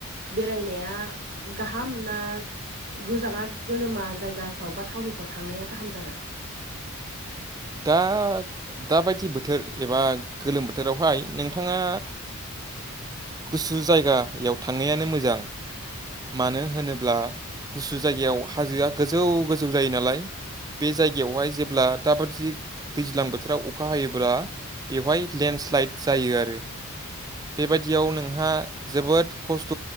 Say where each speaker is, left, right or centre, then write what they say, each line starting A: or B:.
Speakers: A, on the right; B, on the right.
A: बेरायनाया गाहाम ना गोजाङा गोलोमा जायगाफ्राव बा थावनिफ्राव थांनाया गाहाम जागोन
B: दा दाबायदि बोथोर एबा गोलोम बोथोरावहाय नोंथाङा गुसु जायगायाव थांनायानो मोजां मानो होनोब्ला गुसु जायगायाव हाजोआ गोजौ गोजौ जायो नालाय बे जायगायावहाय जेब्ला दाबा दि दैज्लां बोथोराव अखा हायोब्ला बेवहाय लेन्डस्लाइद जायो आरो बेबायदियाव नोंहा जोबोद खस्थ'